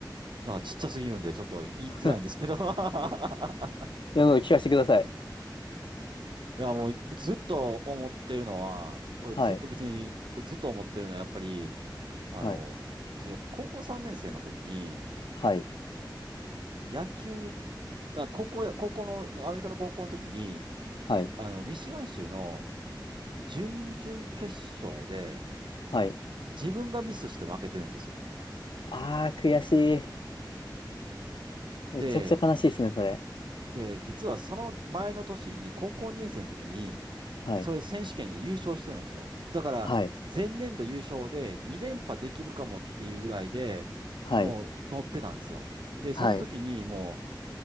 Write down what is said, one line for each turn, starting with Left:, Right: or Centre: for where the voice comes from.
Right: なんかちっちゃすぎるんで、ちょっと言いづらいんですけど。
Left: <laughs>
Right: <laughs>
Left: いや、聞かせてください。
Right: いや、もうずっと思ってるのは、これずっと別に、
Left: はい、
Right: ずっと思ってるのは、やっぱり、あの、
Left: はい、
Right: 自分高校3年生の時に、
Left: はい、
Right: 野球、あ、高校や、高校の、アメリカの高校の時に、
Left: はい、
Right: あの、ミシガン州の準々決勝で、
Left: はい。
Right: 自分がミスして負けてるんですよ。
Left: あー、悔しい。
Right: で
Left: めちゃくちゃ悲しいですね、それ。
Right: で、実はその前の年に、高校2年生の時に、
Left: はい、
Right: それ選手権で優勝してるんですよ。だから、
Left: はい、
Right: 前年度優勝で2連覇できるかもっていうぐらいで、
Left: はい、
Right: もう乗ってたんですよ。で、
Left: はい、
Right: その時にも